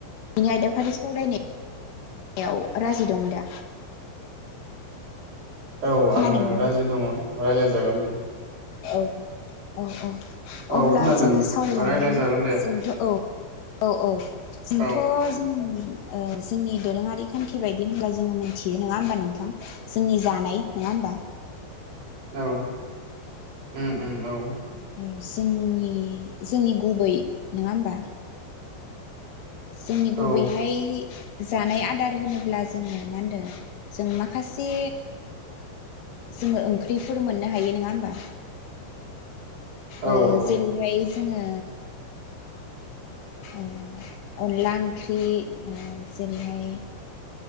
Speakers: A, on the left; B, on the right.
A: बेनि आयदाफारि सावरायनाय याव राजि दङ दा?
B: औ
A: खोनादोंना
B: आङो
A: नोंथां?
B: राजि दङ । रायज्लाय जागोन दे ।
A: औ औ औ ।
B: औ
A: अब्ला
B: खोनादों
A: जोङो सावरायलांदोनि
B: रायलायजागोन दे
A: जोंथ' औ औ औ । जोंथ'
B: औ
A: जोंनि ओ जोंनि दोरोङारि खान्थि बायदि होनब्ला जोङो मोनथियो नङा होमबा नोंथां जोंनि जानाय नङा होनबा?
B: औ । उम उम औ ।
A: औ जोंनि जोंनि गुबै नङा होमबा? जोंनि गुबैहाय
B: औ
A: जानाय आदार होनोब्ला जोङो मा होनदों जों माखासे जोङो ओंख्रिफोर मोननो हायो नङा होमबा?
B: औ
A: ओ
B: औ
A: जेरैहाय जोङो ओ अनला ओंख्रि ओ जेरैहाय